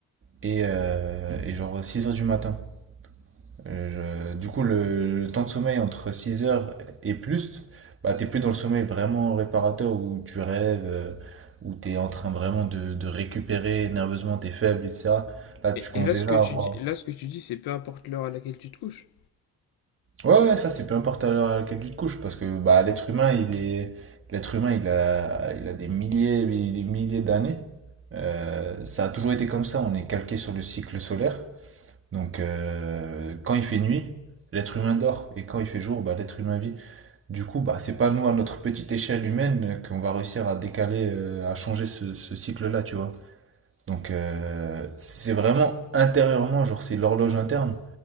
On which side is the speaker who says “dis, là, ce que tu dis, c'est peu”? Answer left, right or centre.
Left